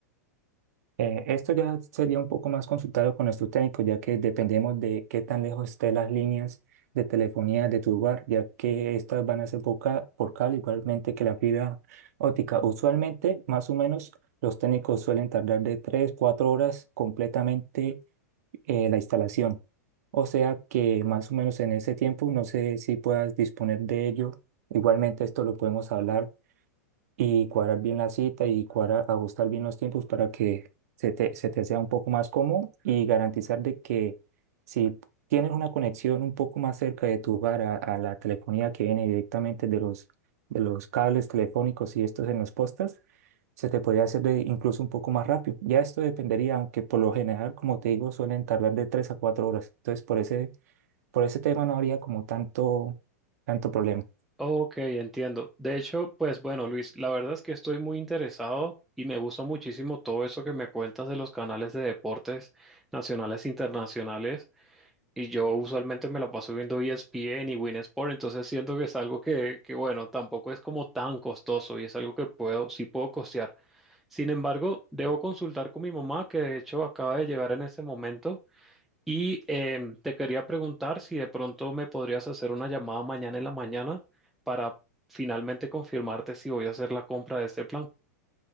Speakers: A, on the right (about 65°); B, in the centre.
A: Eh, esto ya sería un poco más consultado con nuestro técnico, ya que dependemos de qué tan lejos estén las líneas de telefonía de tu lugar, ya que estas van a ser por ca- por cable, igualmente que la fibra óptica. Usualmente, más o menos, los técnicos suelen tardar de 3 4 horas completamente eh, la instalación. O sea que más o menos en ese tiempo, no sé si puedas disponer de ello. Igualmente, esto lo podemos hablar y cuadrar bien la cita y cuadrar, ajustar bien los tiempos para que se te, se te sea un poco más cómodo y garantizar de que si tienes una conexión un poco más cerca de tu hogar a, a la telefonía que viene directamente de los, de los cables telefónicos y estos en los postas, se te podría hacer de- incluso un poco más rápido. Ya esto dependería, aunque por lo general, como te digo, suelen tardar de 3 a 4 horas. Entonces, por ese, por ese tema no habría como tanto, tanto problema.
B: Ok, entiendo. De hecho, pues bueno, Luis, la verdad es que estoy muy interesado y me gusta muchísimo todo eso que me cuentas de los canales de deportes nacionales e internacionales. Y yo usualmente me la paso viendo ESPN y Win Sport, entonces siento que es algo que, que, bueno, tampoco es como tan costoso y es algo que puedo, sí puedo costear. Sin embargo, debo consultar con mi mamá, que de hecho acaba de llegar en ese momento, y em, te quería preguntar si de pronto me podrías hacer una llamada mañana en la mañana para finalmente confirmarte si voy a hacer la compra de este plan.